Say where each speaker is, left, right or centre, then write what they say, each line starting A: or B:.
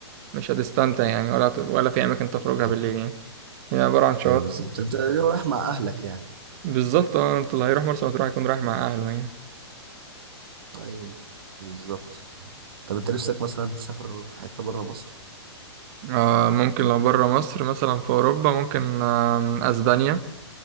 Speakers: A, on the right (about 35°); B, on the right (about 55°).
A: مش هتستمتع يعني ولا ولا في اماكن تخرجها
B: ايوه
A: بالليل يعني هي عبارة عن شواطئ
B: أيوة بالظبط انت رايح مع اهلك يعني
A: بالظبط اه انت اللي هيروح مرسى مطروح هيكون رايح مع أهله يعني
B: ايوه بالظبط طب انت نفسك مثلا تسافر في حته بره مصر
A: آه ممكن لو برا مصر مثلا في أوروبا ممكن آه أسبانيا